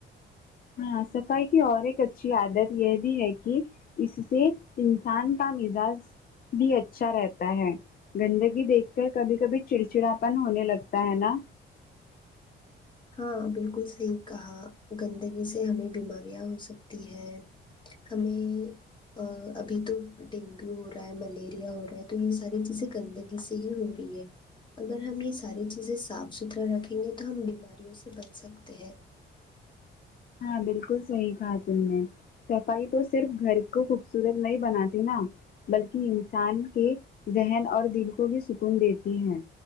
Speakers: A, on the left; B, on the left.
A: ہاں صفائی کی اور ایک اچھی عادت یہ بھی ہے کہ اس سے انسان کا مزاج بھی اچھا رہتا ہے گندگی دیکھ کر کبھی کبھی چڑچڑاپن ہونے لگتا ہے نا
B: ہاں بالکل صحیح کہا گندگی سے ہمیں بیماریاں ہو سکتی ہے ہمیں ابھی تو ڈینگو ہو رہا ہے ملیریا ہو رہا ہے تو یہ ساری چیزیں گندگی سے ہی ہو رہی ہے اگر ہم یہ ساری چیزیں صاف ستھرا رکھیں گے تو ہم بیماریوں سے بچ سکتے ہیں
A: ہاں بالکل صحیح کہاتم میں صفائی تو صرف گھر کو خوبصورت نہیں بناتی نا بلکہ انسان کے ذہن اور دل کو بھی سکون دیتی ہے